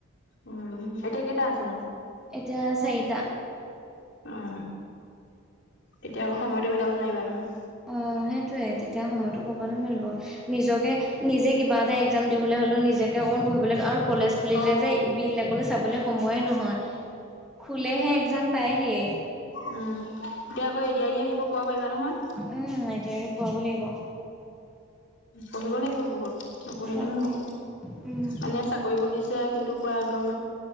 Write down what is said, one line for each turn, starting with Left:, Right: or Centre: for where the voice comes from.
Left: উম এতিয়া কেইটা আছে নো
Centre: এতিয়া চাৰিটা
Left: ওঁম এতিয়া আকৌ সময়তটো মিলাব নোৱাৰিবা নহয়
Centre: অঁ সেইটোয়ে তেতিয়া সময়তো ক'ব নোৱাৰিব নিজকে নিজে কিবা এটা একজাম দিবলৈ হ'লেও নিজকে অকমান পঢ়িব লাগে আৰু কলেজ খুলিলে
Left: অ
Centre: যে বিলাকলৈ চাবলৈ সময়ে নহয় খোলেহে একজাম পায়হিয়ে।
Left: উমঁ এতিয়া আকৌ এড আৰি আহিব পোৱা পাৰিবা নহয়।
Centre: উমঁ! এডিয়েৰি পোৱাব লাগিব।
Left: উমঁ পঢ়িব লাগিব বহুত নপঢ়িলে
Centre: তাকে
Left: নহ'ব
Centre: উম।
Left: মানে চাকৰি কৰিব দিছে কিন্তু পুৰা একদম